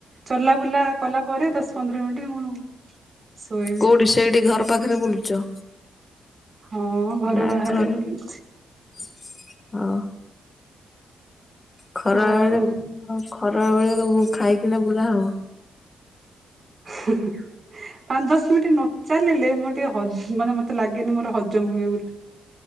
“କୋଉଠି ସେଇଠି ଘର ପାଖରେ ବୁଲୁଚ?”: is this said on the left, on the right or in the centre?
Left